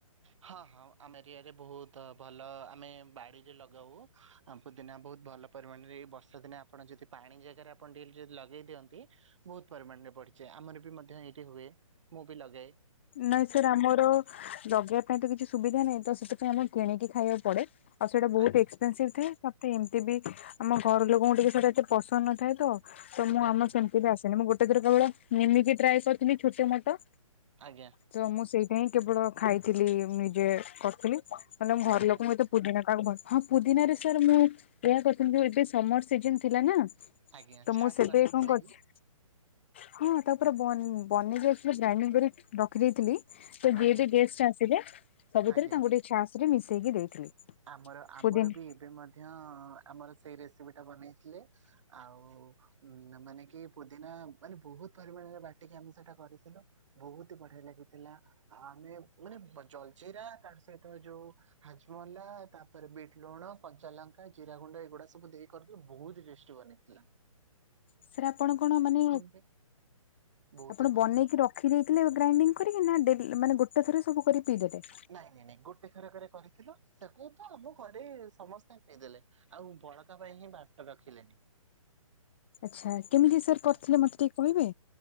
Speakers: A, on the right; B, on the left.
A: ହଁ ହଁ ଆମ ଏରିଆରେ ବହୁତ ଭଲ ଆମେ ବାଡିରେ ଲଗାଉ। ହଁ ପୋଦିନା ବହୁତ ଭଲ ପରିମାଣରେ ଏଇ ବର୍ଷା ଦିନେ ଆପଣ ଯଦି ପାଣି ଜାଗାରେ ଆପଣ ଡେଲି ଯଦି ଲଗେଇ ଦିଅନ୍ତି ବହୁତ ପରିମାଣରେ ବଢିଯାଏ ଆମର ବି ମଧ୍ୟ ଏଇଠି ହୁଏ ମୁଁ ବି ଲଗାଏ।
B: ନାଇଁ ସାର୍ ଆମର ଲଗେଇବା ପାଇଁ ତ କିଛି ସୁବିଧା ନାହିଁ ତ ସେଥିପାଇଁ ଆମେ କିଣିକି ଖାଇବାକୁ ପଡେ। ଆଉ ସେଇଟା ବହୁତ
A: ଆଜ୍ଞା।
B: ଏକ୍ସପେନସିଭ ଥାଏ ମତେ ଏମିତି ବି ଆମ ଘର ଲୋକଙ୍କୁ ଟିକେ ସେଟା ଏତେ ପସନ୍ଦ ନଥାଏ ତ। ତ ମୁଁ
A: ଆଜ୍ଞା
B: ଆମର ସେମିତି ବି ଆସେନି ମୁଁ ଗୋଟେ ଥର କେବଳ ନିମିକି ଟ୍ରାଏ କରିଥିଲି ଛୋଟ ମୋଟ।
A: ଆଜ୍ଞା।
B: ତ ମୁଁ ସେଇଟା ହିଁ କେବଳ ଖାଇଥିଲି ନିଜେ କରିଥିଲି ମାନେ ଆମ ଘର
A: ଆଜ୍ଞା
B: ଲୋକଙ୍କୁ ଏତେ ପୁଦିନା କାହାକୁ କୁହନ୍ତି ହଁ ପୁଦିିନାରେ ସାର୍ ମୁଁ ଏହା କରିଥିଲି ଯୋଉ ଏବେ ସମର ସିଜିନ ଥିଲା ନା।
A: ଆଜ୍ଞା
B: ତ
A: ଛାସ୍
B: ମୁଁ ସେବେ
A: ବନେଇଥିଲେ
B: କଣ କରିଛି?
A: କି
B: ହଁ ତାପରେ ବ ବନେଇ ଦେଇଥିଲି ଗ୍ରାଇଡିଙ୍ଗ୍ କରି ରଖିଦେଇଥିଲି।
A: ଆଜ୍ଞା
B: ଦି ଟି ଗେଷ୍ଟ ଆସିଲେ ସବୁଥିରେ
A: ଆଜ୍ଞା।
B: ତାଙ୍କୁ ଟିକେ ଚାଷରେ ମିଶେଇକି ଦେଇଥିଲି।
A: ଆମର ଆମର
B: ପୁଦିନା
A: ବି ଏବେ ମଧ୍ୟ ଆମର ସେଇ ରେସିପି ଟା ବନେଇଥିଲେ ଆଉ। ହଉ ଉ ମାନେ କି ପୋଦିନା ମାନେ ବହୁତ ପରିମାଣରେ ବାଟିକି ଆମେ ସେଟା କରିଥିଲୁ। ବହୁତ୍ ବଢିଆ ଲାଗିଥିଲା। ଆମେ ମାନେ ଜଲଜିରା ତାର ସହିତ ଯୋଉ ହାଜମ ଲା ତାପରେ ବିଟ ଲୁଣ କଞ୍ଚା ଲଙ୍କା ଜିରା ଗୁଣ୍ଡ ଏଗୁଡା ସବୁ ଦେଇ କରିଥିଲୁ ବହୁତ ଟେଷ୍ଟି ବନିଥିଲା।
B: ସାର୍ ଆପଣ କଣ ମାନେ
A: ପାଇଁ ବହୁତ
B: ଆପଣ
A: ହି ଭଲ।
B: ବନେଇକି ରଖ ରଖି ଦେଇଥିଲେ ଗ୍ରାଇଣ୍ଡିଙ୍ଗ କରିକି ନା ଡେ ମାନେ ଗୋଟେ ଥରେ ସବୁ କରି ପିଇଦେଲେ।
A: ନାଇଁ ନାଇଁ ନାଇଁ ଗୋଟେ ଥର କରେ କରିଥିଲୁ ତାକୁ ତ ଆମ ଘରେ ସମସ୍ତେ ପି ଦେଲେ। ଆଉ ବଳକା ପାଇଁ ହିଁ ବାଟ ରଖିଲେନି।
B: ଆଛା କେମିତି ସାର୍ କରିଥିଲେ
A: ଆ
B: ମତେ ଟିକେ କହିବେ।